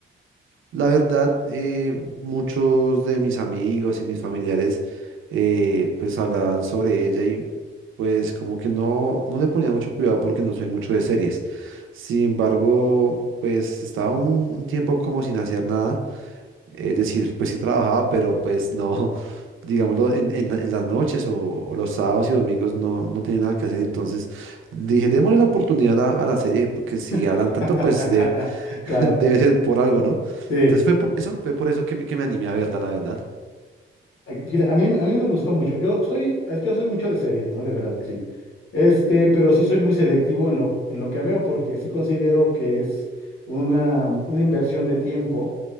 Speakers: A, on the right; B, on the left.
A: La verdad, eh, muchos de mis amigos y mis familiares eh, pues hablaban sobre ella y pues como que no, no le ponía mucho cuidado porque no soy mucho de series. Sin embargo, pues estaba un tiempo como sin hacer nada. Es decir, pues sí trabajaba, pero pues no, <laughs> digámoslo, en, en, la- en las noches o, o los sábados y domingos no, no tenía nada que hacer. Entonces dije, démosle la oportunidad a, a la serie porque si hablan
B: <laughs>
A: tanto, pues <laughs>
B: Claro,
A: Debe ser por algo, ¿no?
B: sí.
A: Entonces fue por eso, fue por eso que me, que me animé a verla, la verdad.
B: Ay, fíjate, A mí, a mí me gustó mucho. Yo soy, yo soy mucho de series, ¿no? De verdad que sí. Este, pero sí soy muy selectivo en lo, en lo que veo, porque sí considero que es una, una inversión de tiempo